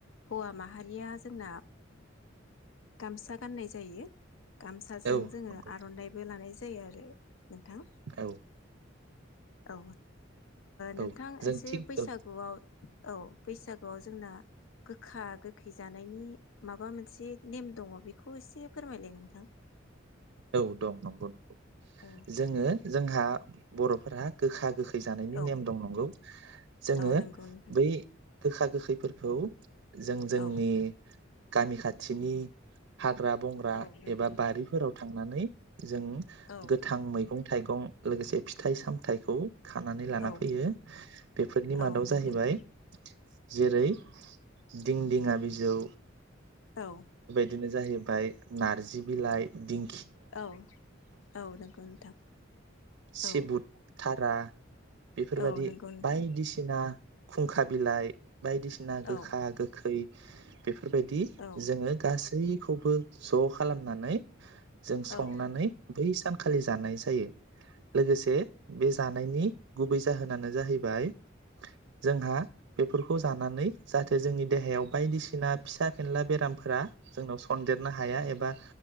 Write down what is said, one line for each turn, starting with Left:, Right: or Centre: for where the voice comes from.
Left: हौवा माहारिया जोंना गामसा गाननाय जायो। गामसाजों
Right: औ
Left: जोङो
Right: नंगौ
Left: आरनाइबो लानाय जायो। जायो आरो। नोंथां।
Right: औ
Left: औ। नोंथां
Right: औ जों
Left: एसे
Right: थिग
Left: बैसागुआव
Right: औ
Left: औ बैसागुआव जोंना गोखा गोखै जानायनि माबा मोनसे नेम दङ बेखौ एसे फोरमायलाय नोंथां।
Right: औ दं नंगौ नंगौ
Left: औ
Right: जोङो जोंहा बरफोरा गोखा गोखै जानायनि
Left: औ
Right: नेम दं नंगौ जोङो
Left: औ नंगौ नोंथां
Right: बै गोखा गोखैफोरखौ। जों जोंनि
Left: औ
Right: गामि खाथिनि हाग्रा बंग्रा
Left: औ नंगौ
Right: एबा
Left: नोंथां
Right: बारिफोराव नानै जों
Left: औ
Right: गोथां मैगं थाइगं लोगोसे फिथाइ सामथाइखौ खानानै लाना
Left: औ
Right: फैयो बेफोरनि
Left: औ
Right: मादाव
Left: नंगौ
Right: जाहैबाय।
Left: नोंथां
Right: जेरै दिंदिङा बिजौ
Left: औ।
Right: बिदिनो जाहैबाय नारजि बिलाइ दिं
Left: औ औ नोंंगौ नोंथां।
Right: सेबुट
Left: औ
Right: था रा। बेफोरबायदि
Left: औ नंगौ नोंथां
Right: बायदिसिना खुंखा बिलाइ। बायदिसिना गोखा
Left: औ
Right: गोखै। बेफोर बेफोरबायदि
Left: औ
Right: जोङो गासै खौबो ज खालामनानै। जों संनानै।
Left: औ
Right: बै सानखालि जानाय जायो। लोगोसे बे जानायनि गुबै जाहोनानो जाहैबाय जोंहा बेफोरखौ जानानै जाहाथे जोंनि देहायाव बायदि सिना फिसा फेनला बेरामफोरा जोंनाव सनदेरनो हाया एबा